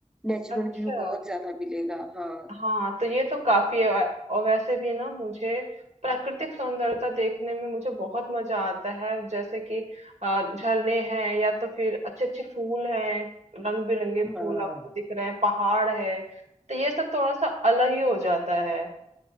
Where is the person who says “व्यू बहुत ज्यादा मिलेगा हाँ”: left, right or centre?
Centre